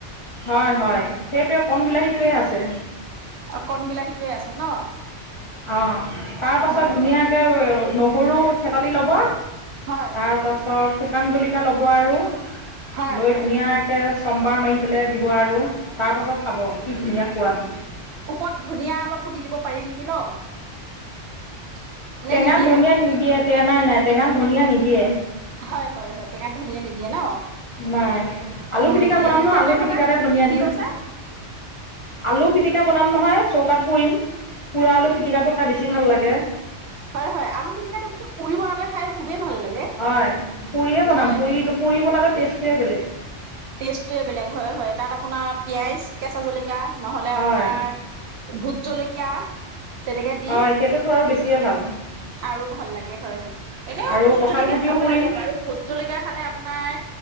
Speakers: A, on the left; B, on the right.
A: হয় হয় সেইটোৱে কণ বিলাহীটোৱে আছে।
B: কণ বিলাহীটোৱে আছে ন।
A: অ তাৰ পাছত
B: হয়
A: ধুনীয়াকে
B: হয়
A: নহৰু থেতালি ল'ব।
B: হয়
A: তাৰপাছত শুকান জলিকিয়া ল'ব আৰু
B: হয়
A: লৈ
B: হয়
A: ধুনীয়া কে চমবাৰ মাৰি পেলাই দিব আৰু তাৰপাছত খাব কি ধুনীয়া সোৱাদ
B: ওপৰত ধনিয়া অলপো দি দিব পাৰি নেকি ন। নে
A: টেঙাত
B: নিদিয়ে
A: ধনিয়া নিদিয়ে। নাই নাই টেঙাত ধনিয়া নিদিয়ে।
B: হয় হয় হয় টেঙাত ধনিয়া‌ নিদিয়ে ন।
A: নাই আলু
B: উম
A: পিটিকা বনাম
B: এদিন
A: নহয়
B: তেনেহলে
A: আলু পিটিকাতে ধনিয়া
B: কি
A: দিম
B: কৈছে?
A: আলু পিটিকা বনাম নহয় চৌকাত পুৰিম পুৰা আলু পিটিকাটো খাই বেছি ভাল লাগে।
B: হয় হয় আলু পিটিকাটো কিন্তু পুৰি বনালে খাই খুবেই ভাল লাগে।
A: হয় পুৰিয়ে বনাম
B: হয়
A: পুৰি পুৰি বনালে টেষ্টটোৱে বেলেগ।
B: টেষ্টটয়ে বেলেগ হয় হয় তাত আপোনাৰ পিয়াজ কেঁচা জলকা নহ'লে
A: হয়
B: আপোনাৰ। ভোট জলকীয়া তেনেকে দি
A: হয় সেইটোতো আৰু বেছিয়ে ভাল
B: আৰু ভাল লাগে। হয় হয় এনেও
A: আৰু
B: ভোট
A: কঁঠাল
B: জলকীয়া
A: গুটিও
B: খাব
A: পুৰিম
B: লাগে বাৰু ভোট জলকীয়া খালে আপোনাৰ।